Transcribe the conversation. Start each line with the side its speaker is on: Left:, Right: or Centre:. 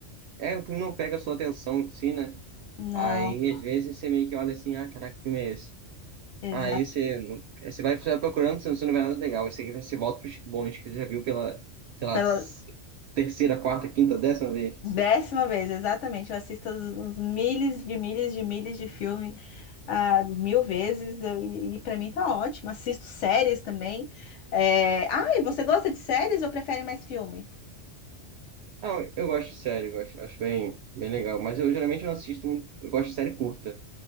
Right: É, o filme não pega a sua atenção, assim, né?
Left: Não,
Right: Aí, às vezes, você meio que olha assim, ah, caraca, que filme é esse?
Left: exato.
Right: Aí você, não- você vai você vai procurando, você não vê nada legal. Aí você, você volta pros bons, que você já viu pela, sei lá,
Left: Pela
Right: s- terceira, quarta, quinta, décima vez.
Left: décima vez, exatamente. Eu assisto os, os milhas de milhas de milhas de filme ah, mil vezes, eu- e, e pra mim tá ótimo. Assisto séries também. É... Ah, e você gosta de séries ou prefere mais filme?
Right: Ah, eu, eu gosto de série, eu gosto, acho bem, bem legal. Mas eu geralmente não assisto, muito- eu gosto de série curta.